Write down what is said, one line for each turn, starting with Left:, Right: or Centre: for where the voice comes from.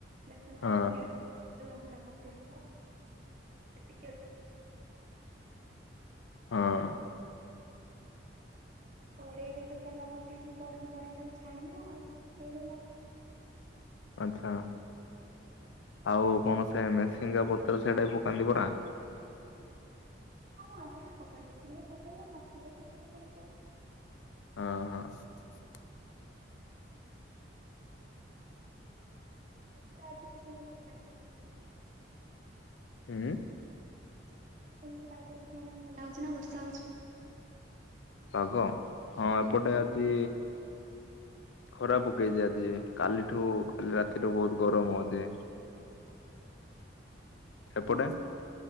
Right: ବେସନରେ
Left: ହଁ
Right: ପିଆଜ ଲଙ୍କା ପକେଇବ। <inaudible> ତା'ପରେ
Left: ହଁ
Right: କଡ଼େଇରେ ତ ତେଲ ପକେଇକି, ଗରମ୍ କରି, ତାକୁ ଛାଣିବା ଆଉ ହେଇଗଲା।
Left: ଆଚ୍ଛା।
Right: କ <unintelligible>
Left: ଆଉ କ'ଣ ସେ ମେସିଙ୍ଗା ପତ୍ର ସେ--ଟା ପକାନ୍ତି ପରା?
Right: ହଁ, ସେଇଟା ପକାନ୍ତି। ଥିଲେ ପକେଇବ, ନଥିଲେ ସେମିତି କର୍
Left: <inaudible>
Right: <unintelligible>
Left: <inaudible>
Right: <unintelligible>
Left: ପାଗ, ହଁ, ଏପଟେ ଆଜି ଖରା ପକେଇଚି ଆଜି। କାଲିଠୁ କାଲି ରାତିଠୁ ବହୁତ ଗରମ ହଉଛି। ସେପଟେ
Right: ହଁ